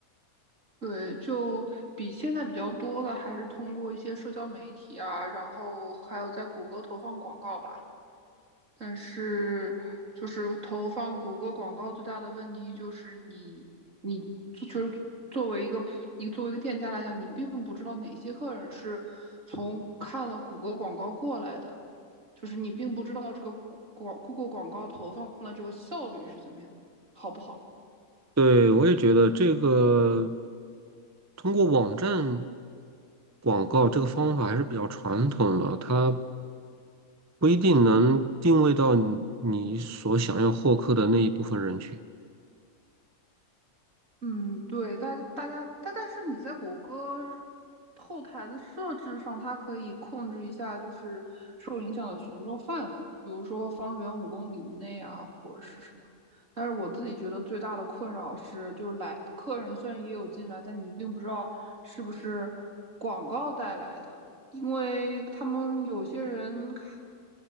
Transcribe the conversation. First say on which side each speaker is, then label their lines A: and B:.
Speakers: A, on the right; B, on the right.
A: 对，就比现在比较多的还是通过一些社交媒体啊，然后还有在谷歌投放广告吧。但是就是投放谷歌广告最大的问题就是你你就是作为一个普一作为一个店家来讲，你并不知道哪些客人是从看了谷歌广告过来的，就是你并不知道这个广 Google 广告投放的这个效率是怎么样，好不好？
B: 对，我也觉得这个通过网站广告这个方法还是比较传统的，它不一定能定位到你你所想要获客的那一部分人群。
A: 嗯，对，大大家，但但是你在谷歌后台的设置上，它可以控制一下，就是受影响的群众范围，比如说方圆五公里以内啊，或者是什么。但是我自己觉得最大的困扰是，就是来客人虽然也有进来，但你并不知道是不是广告带来的，因为他们有些人看